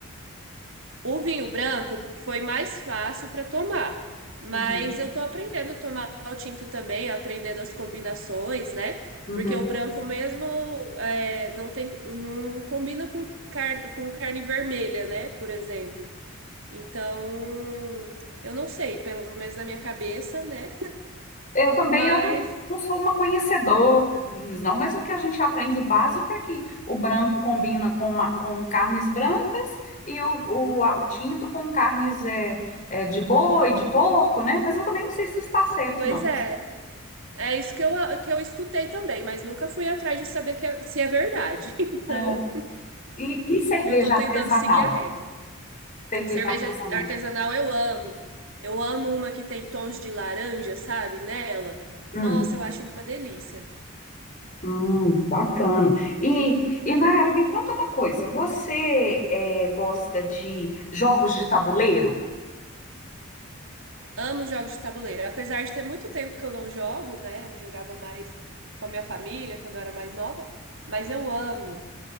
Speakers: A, on the right; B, on the left.
A: O vinho branco foi mais fácil pra tomar, mas
B: Uhum.
A: eu tô aprendendo a tomar o tinto também, aprendendo as combinações, né?
B: Uhum.
A: Porque o branco mesmo é, não tem, não combina com carne, com carne vermelha, né? Por exemplo. Então, eu não sei, pelo menos na minha cabeça, né?
B: Eu também,
A: Mas
B: eu não, não sou uma conhecedora de vinhos, não, mas o que a gente aprende, o básico é que o branco combina com, uma- com carnes brancas e o, o, a- o tinto com carnes é, é, de boi, de porco, né? Mas eu também não sei se isso está certo,
A: Pois
B: não.
A: é. É isso que eu, que eu escutei também, mas nunca fui atrás de saber que é- se é verdade. <laughs> Então,
B: É, e, e cerveja
A: eu tô tentando
B: artesanal?
A: seguir a regra.
B: Cerveja
A: Cerveja
B: artesanal.
A: artesanal eu amo. Eu amo uma que tem tons de laranja, sabe? Nela.
B: Hum,
A: Nossa, eu acho uma delícia.
B: hum, bacana. E,
A: Muito bom.
B: e Nayara, me conta uma coisa, você é, gosta de jogos de tabuleiro?
A: Amo jogos de tabuleiro. Apesar de ter muito tempo que eu não jogo, né? Jogava mais com a minha família quando eu era mais nova. Mas eu amo.